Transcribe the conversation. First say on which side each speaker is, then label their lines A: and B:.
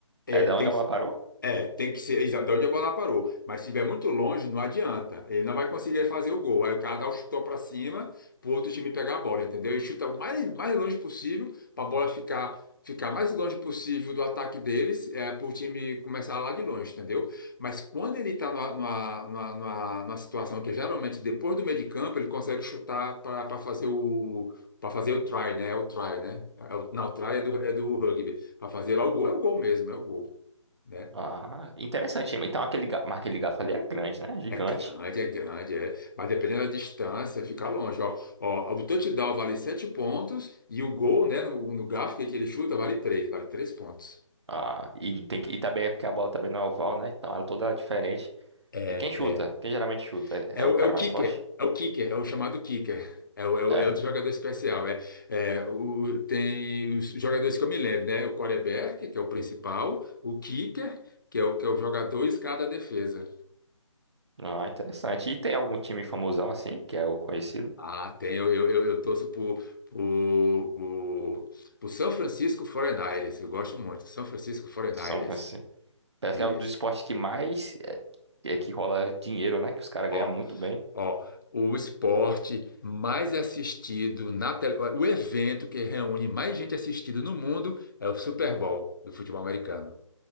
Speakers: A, on the left (about 40°); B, on the right (about 60°).
A: É,
B: É da
A: tem
B: onde a bola parou?
A: é, tem que ser já de onde a bola parou. Mas se estiver muito longe, não adianta. Ele não vai conseguir fazer o gol. Aí o cara dá o chutão para cima pro outro time pegar a bola, entendeu? Ele chuta o mais, mais longe possível para a bola ficar, ficar mais longe possível do ataque deles, é, para o time começar lá de longe, entendeu? Mas quando ele está numa, numa, numa, numa- numa situação que geralmente depois do meio de campo ele consegue chutar para fazer o. Para fazer o try, né? É o try, né? É o- Não, o try é do, é do rugby. Para fazer lá o gol, é o gol mesmo, é o gol, né?
B: Ah, interessante. Então aquele, ga- mas aquele garfo ali é grande, né? Gigante.
A: É grande, é grande, é. Mas dependendo da distância, fica longe. Ó, ó, o touchdown vale 7 pontos e o gol, né, no, no gráfico que ele chuta, vale 3, vale 3 pontos.
B: Ah, e tem que, e também é porque a bola também não é oval, né? Então ela é toda diferente.
A: É, é.
B: E quem chuta? Quem geralmente chuta? É
A: É
B: é o
A: o,
B: cara
A: é o
B: mais
A: kicker,
B: forte?
A: é o kicker, é o chamado kicker. É, o- é, o-
B: É.
A: é outro jogador especial. É, é, o, tem os jogadores que eu me lembro, né? O quarterback, que é o principal, o kicker, que é o, que é o jogador e cada defesa.
B: Ah, interessante. E tem algum time famosão assim, que é o conhecido?
A: Ah, tem. Eu, eu, eu, eu torço pro, pro, pro, pro São Francisco 49ers. Eu gosto muito. São Francisco 49ers.
B: São Francisco. Parece
A: Isso.
B: que é o do esporte que mais é, é que rola dinheiro, né? Que os caras
A: Ó,
B: ganham muito bem.
A: ó. O esporte mais assistido na tele... O evento que reúne mais gente assistida no mundo é o Super Bowl do futebol americano.